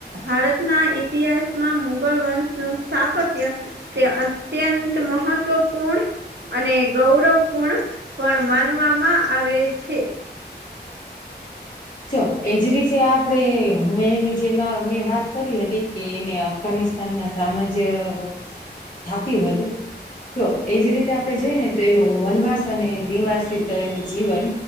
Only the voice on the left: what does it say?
ચ એજ ર જે આપણે હુમેનની જેમાં મે વાત કરી હતી કે એમને અફઘાનિસ્તાનમાં સામ્રાજ્ય સ્થાપ્યું હતું. જો એજ રીતે આપણે જોઈએ ને તો એનું વનવાસ અને નિવાસિત એનું જીવન